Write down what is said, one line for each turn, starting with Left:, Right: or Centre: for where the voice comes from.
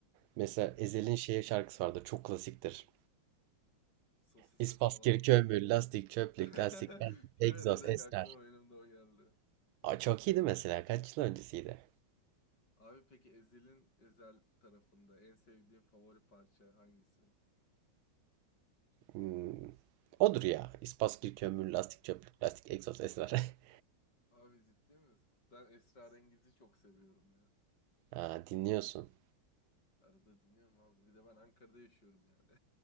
Right: Mesela
Left: hı.
Right: Ezel'in şeye şarkısı vardır, çok klasiktir.
Left: Sosis
Right: İspas,
Left: ve salam
Right: kirkömür,
Left: mı?
Right: lastik, çöplük,
Left: <laughs>
Right: lastik, lastik,
Left: Direkt,
Right: egzoz,
Left: direkt
Right: ester.
Left: aklıma benim de o geldi.
Right: Aa, çok iyiydi mesela. Kaç yıl öncesiydi?
Left: Abi peki Ezel'in Ezel tarafında en sevdiğin favori parça hangisi?
Right: Hmm. Odur ya. İspaskil, kömür, lastik, çöplük, plastik, egzoz, esrar. <laughs>
Left: Abi ciddi misin? Ben Esrarengiz'i çok seviyorum ya.
Right: Ha, dinliyorsun.
Left: Arada dinliyorum abi. Bir de ben Ankara'da yaşıyorum yani.